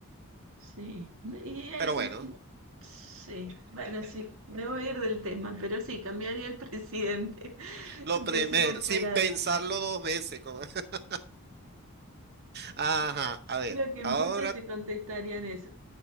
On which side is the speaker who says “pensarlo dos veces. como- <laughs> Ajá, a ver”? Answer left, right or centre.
Right